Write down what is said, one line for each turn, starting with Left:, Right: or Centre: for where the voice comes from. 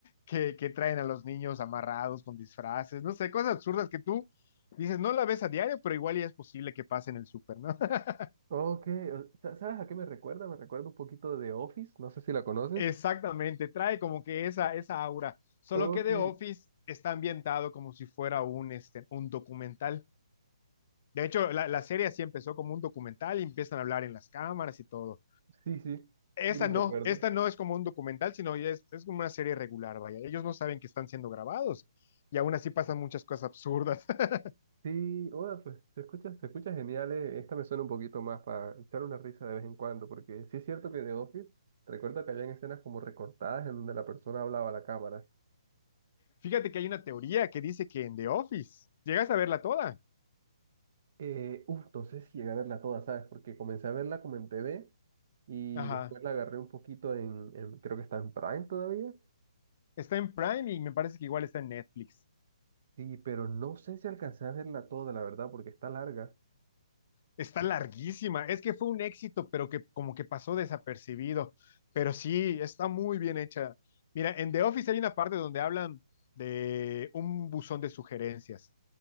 Left: que, que traen a los niños amarrados con disfraces, no sé, cosas absurdas que tú dices, no la ves a diario, pero igual ya es posible que pase en el súper, ¿no? <laughs>
Right: Ok, o- sa- ¿sabes a qué me recuerda? Me recuerda un poquito de Office. No sé si la conoces.
Left: Exactamente, trae como que esa, esa aura, solo
Right: Ok,
Left: que The Office está ambientado como si fuera un, este, un documental. De hecho, la, la serie así empezó como un documental y empiezan a hablar en las cámaras y todo.
Right: sí, sí,
Left: Esta
Right: sí lo
Left: no,
Right: recuerdo.
Left: esta no es como un documental, sino ya es, es como una serie regular, vaya. Ellos no saben que están siendo grabados y aún así pasan muchas cosas absurdas. <laughs>
Right: Sí, hola, pues se escucha, se escucha genial. eh, Esta me suena un poquito más para echar una risa de vez en cuando, porque sí es cierto que The Office, recuerdo que habían escenas como recortadas en donde la persona hablaba a la cámara.
Left: Fíjate que hay una teoría que dice que en The Office, llegas a verla toda.
Right: Eh, uf, no sé si llegué a verla toda, ¿sabes? Porque comencé a verla como en TV y
Left: Ajá.
Right: después la agarré un poquito en, en- creo que está en Prime todavía.
Left: Está en Prime y me parece que igual está en Netflix.
Right: Sí, pero no sé si alcancé a verla toda, la verdad, porque está larga.
Left: Está larguísima. Es que fue un éxito, pero que como que pasó desapercibido. Pero sí, está muy bien hecha. Mira, en The Office hay una parte donde hablan de un buzón de sugerencias